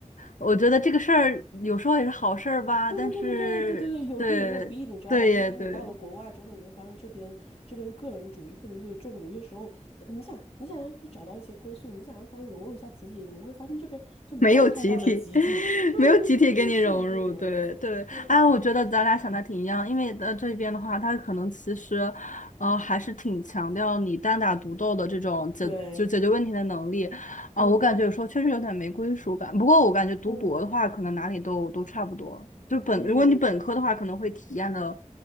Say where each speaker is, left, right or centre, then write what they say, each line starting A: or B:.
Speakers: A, on the left; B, on the left.
A: 我觉得这个事儿有时候也是好事儿吧，
B: 对对对对对对对对，
A: 但是对，
B: 有利也有弊，你知道吧？
A: 对耶，
B: 因为当你到了国外之后，
A: 对。
B: 你会发现这边这边个人主义特别特别重，有些时候你想你想要去找到一些归宿，你想要稍微融入一下集体，你会发现这边就没有太大的集体。
A: 没有集体，<laughs>
B: <laughs> 对对对对对，
A: 没有集体跟你融入，
B: 这是一个点。
A: 对对，
B: 对
A: 哎，我觉得咱俩想的挺一样，因为呃这边的话，他可能其实，呃，还是挺强调你单打独斗的这种解就解决问题的能力，
B: 对，
A: 啊、
B: 嗯
A: 我感觉有时候确实有点没归属感。不过我感觉读博的话，
B: 嗯
A: 可能哪里都都差不多，就本如果你本科的话，
B: 嗯嗯，
A: 可能会体验的，